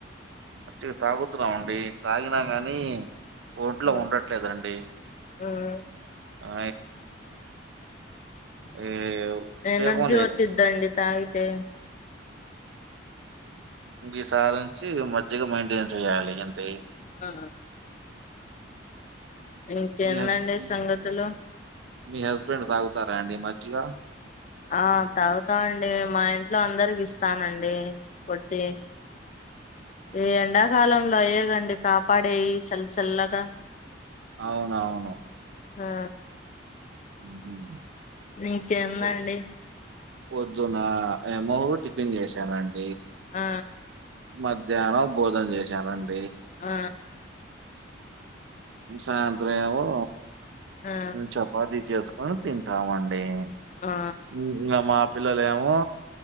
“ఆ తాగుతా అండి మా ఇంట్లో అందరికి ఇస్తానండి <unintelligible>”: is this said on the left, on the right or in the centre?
Left